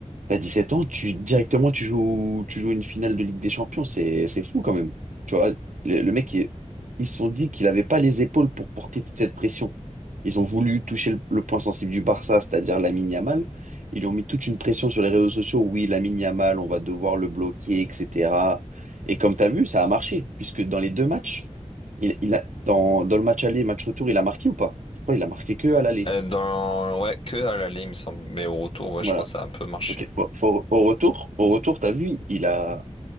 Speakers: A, on the right (about 85°); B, on the left (about 45°).
A: t'as sept ans, tu directement tu joues tu joues une finale de Ligue des Champions, c'est c'est fou quand même. Tu vois, le, le mec il- ils se sont dit qu'il n'avait pas les épaules pour porter toute cette pression. Ils ont voulu toucher le, le point sensible du Barça, c'est-à-dire Lamine Yamal. Ils lui ont mis toute une pression sur les réseaux sociaux. Oui, Lamine Yamal, on va devoir le bloquer, etc. Et comme tu as vu, ça a marché, puisque dans les deux matchs, il, il a, dans, dans le match aller match retour, il a marqué ou pas? Je crois qu'il a marqué que à l'aller.
B: Euh, Dans... Ouais, que à l'aller, il me semble. Mais au retour, ouais,
A: Voilà.
B: je crois que ça a un peu marché.
A: Ok. Bon, au, au retour, au retour, t'as vu, il a,